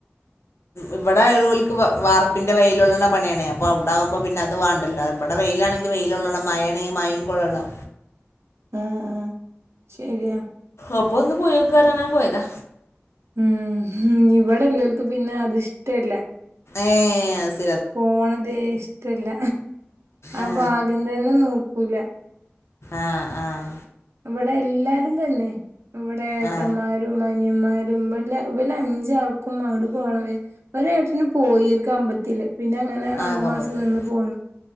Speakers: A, on the left (about 70°); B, on the right (about 70°).
A: ഇവടെ വൽക്ക് വ വാർപ്പിന്റെ വെയിലൊള്ള്ണ പണ്യാണേ അപ്പൊ അവ്ടാവുമ്പോ പിന്നെ അത് വാണ്ടല്ലോ അ വടെ വെയിലാണെങ്കി വെയിലൊള്ളണം മയേണെങ്കി മയിം കൊള്ളണം.
B: ആഹ് ശരിയാ.
A: അപ്പൊ ഒന്ന് പോയോക്കാർഞ്ഞ് അങ്ങനെ പോയതാ.
B: ഉം ഹും ഇവിടെല്ലോൽക്ക് പിന്നെ അതിഷ്ടെല്ല.
A: ഏഹ് അഹ് സ്
B: പോണതെ ഇഷ്ടല്ല ആ
A: ഏ
B: ഭാഗം തന്നെ നോക്കൂല.
A: ആഹ് ആഹ്.
B: ഇവടെ എല്ലാരും തന്നെ ഇവടെ ഏട്ടന്മാർ.
A: ആ
B: രും അനിയന്മാരും ഇവല ഇവലഞ്ചാൾക്കും അങ്ങട്ട് പോണത്. ഒരേട്ടന് പോയി ഒര് ക്കമ്പത്തില് പിന്നങ്ങനെ
A: ആ
B: ആറു
A: കമ്പത്ത്
B: മാസം നിന്ന് പോന്ന്.